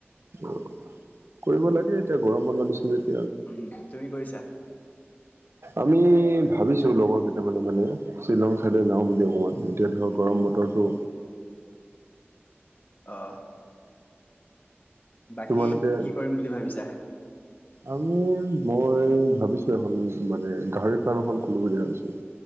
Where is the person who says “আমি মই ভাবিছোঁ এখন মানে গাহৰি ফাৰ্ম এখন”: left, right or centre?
Right